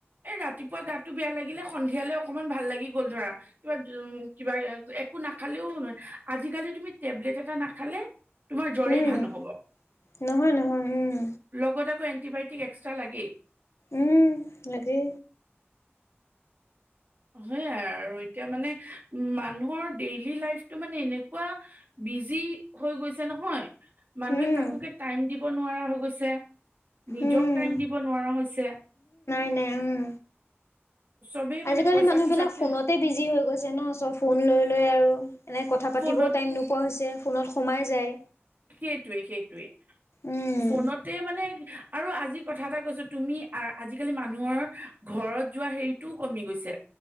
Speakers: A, on the right; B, on the left.
A: এ ৰাতিপুৱা গাতটো বেয়া লাগিলে সন্ধিয়ালে অ অকমান ভাল লাগি গ'ল ধৰা কিবা উম কিবা এক একো নাখালেও নহয়, আজিকালি তুমি টেবলেট এটা নাখালে। তোমাৰ জ্বৰেই
B: উম
A: ভাল নহ'ব
B: নহয় নহয় উম
A: লগত এণ্টিবায়টিক এক্স্ৰা লাগেই
B: উম' লাগে।
A: হয়া আৰু এতিয়া মানে, মানুহৰ ডেইলি লাইফটো মানে এনেকুৱা। বিজি হৈ গৈছে নহয় মানুহে
B: উম
A: কাকো কে টাইম দিব নোৱাৰা হৈ গৈছে নিজক
B: উম
A: টাইম দিব নোৱাৰা হৈছে
B: মানে, উম'।
A: চবেই মানে
B: আজিকালি
A: পইচা
B: মানুহ
A: পিছাতে
B: বিলাক ফোনতে বিজি হৈ গৈছে ন চব ফোন লৈ লৈ আৰু এনে কথা পাতিবও
A: ফোনত
B: টাই টাইম নোপোৱা হৈছে। ফোনত সোমাই যায়।
A: সেইটোৱে সেইটোৱে
B: উম
A: ফোনতে মানে আৰু আজিৰ কথা এটা কৈছো, তুমি আ আজিকালি মানুহৰ ঘৰত যোৱা হেৰিটোও কমি গৈছে।